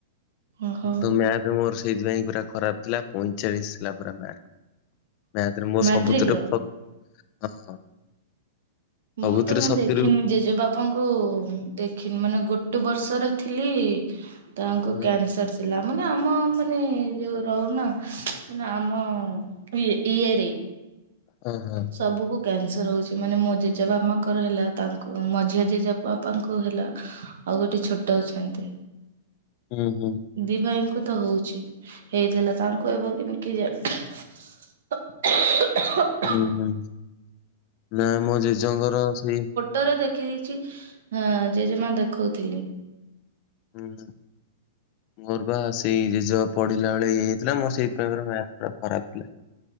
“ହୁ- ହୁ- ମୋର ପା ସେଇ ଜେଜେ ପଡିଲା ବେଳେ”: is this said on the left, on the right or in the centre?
Left